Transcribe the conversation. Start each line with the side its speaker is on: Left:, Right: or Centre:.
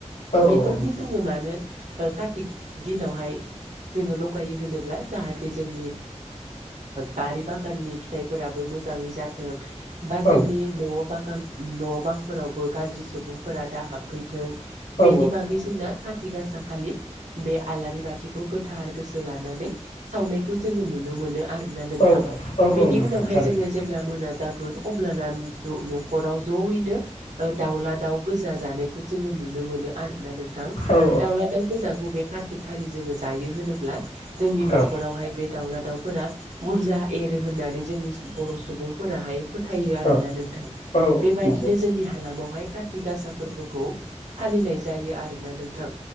Left: औ
Right: बेफोरखौ
Left: नोंथां
Right: जोङो मानो कार्तिक दिनावहाय जोङो लगायो होनोब्ला जाहाथे जोंनि बारि बागाननि फिथाइफोराबो मोजाङै जाथों बा जोंनि
Left: औ
Right: न' बागान न' बांफोरावबो गाज्रि सुबुंफोरा दा हाबफैथों
Left: औ
Right: बेनि बागै जोंना काति गासा खालि बे आलारि बाथिखौ गोथार गोसो लानानै सावनायखौ जोङो नुनो मोनो आरोना नोंथां
Left: औ औ
Right: बेनि
Left: औ नोंथां
Right: उनावहाय
Left: थारैनो
Right: जोङो जेब्ला मोना जागोन अब्लाना न'खराव जयैनो ओ दाउला दाउ गोजा जानायखौ जोङो नुनो मोनो आरो ना नोंथां
Left: औ
Right: दाउला दाउ गोजाखौ बे कार्तिक खालि जोङो जायो होनोब्ला जोंनि न'खरावहाय
Left: औ
Right: बे दाउला दाउफोरा बुरजा एरो होननानै जोंनि बर' सुबुंफोराहाय फोथायो
Left: औ
Right: आरोना नोंथां
Left: औ
Right: बेबायदिनो
Left: नंगौ
Right: जोंनि हालामावहाय कति गासा फोरबोखौ फालिनाय जायो आरोना नोंथां